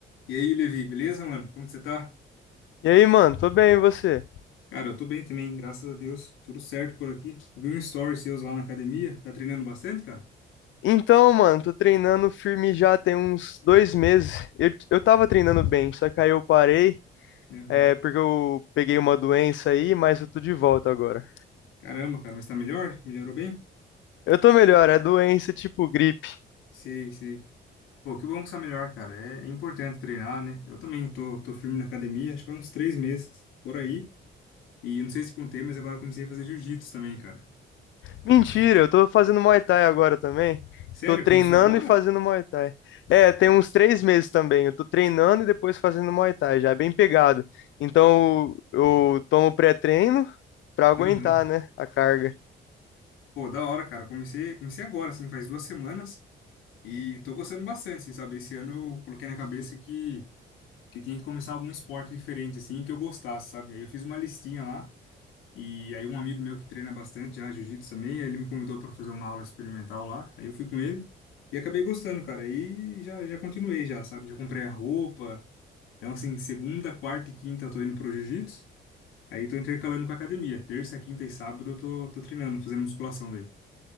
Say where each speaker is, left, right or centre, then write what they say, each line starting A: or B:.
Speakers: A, on the left (about 85°); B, on the left (about 70°).
A: E aí, Levi, beleza, mano? Como que você tá?
B: E aí, mano, tô bem, e você?
A: Cara, eu tô bem também, graças a Deus. Tudo certo por aqui. Eu vi um story seus lá na academia. Tá treinando bastante, cara?
B: Então, mano, tô treinando firme já tem uns dois meses. Eu, eu tava treinando bem, só que aí eu parei,
A: Aham.
B: é, porque eu peguei uma doença aí, mas eu tô de volta agora.
A: Caramba, cara, mas tá melhor? Melhorou bem?
B: Eu tô melhor, é doença tipo gripe.
A: Sei, sei. Pô, que bom que você tá melhor, cara. É, é importante treinar, né? Eu também tô, tô firme na academia, acho que há uns três meses por aí. E eu não sei se contei, mas agora eu comecei a fazer jiu-jitsu também, cara.
B: Mentira, eu tô fazendo Muay Thai agora também.
A: Sério?
B: Tô treinando
A: Começou agora?
B: e fazendo Muay Thai. É, tem uns três meses também. Eu tô treinando e depois fazendo Muay Thai, já é bem pegado. Então eu, eu tomo pré-treino pra aguentar,
A: Aham.
B: né, a carga.
A: Pô, da hora, cara. Comecei, comecei agora, assim, faz duas semanas. E tô gostando bastante, assim, sabe? Esse ano eu coloquei na cabeça que que eu tinha que começar algum esporte diferente, assim, que eu gostasse, sabe? Aí eu fiz uma listinha lá, e aí um amigo meu que treina bastante já, jiu-jitsu também, aí ele me convidou para fazer uma aula experimental lá, aí eu fui com ele, e acabei gostando, cara, aí já, já continuei já, sabe? Já comprei a roupa, então assim, segunda, quarta e quinta eu tô indo pro jiu-jitsu, aí tô intercalando com a academia, terça, quinta e sábado eu tô, tô treinando, fazendo musculação daí.